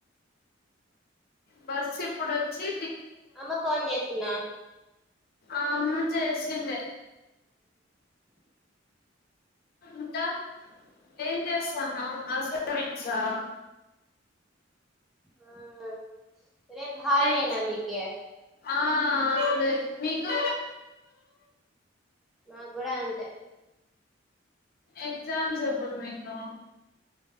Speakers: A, on the left; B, in the centre.
A: బస్ ఇప్పుడొచ్చి
B: అమ్మ ఫోన్ చేసిన్న
A: ఆమ్ చేసిండే ఇంకా ఏం చేస్తాన్నావ్ అసైన్మెంట్స్ ఆ
B: ఉమ్ రేపు హల్డేనా
A: ఎగ్స్
B: మీకి
A: ఆ లే మీకు
B: మాక్ గూడ అంతే
A: ఎక్జామ్స్ ఎప్పుడు మీకు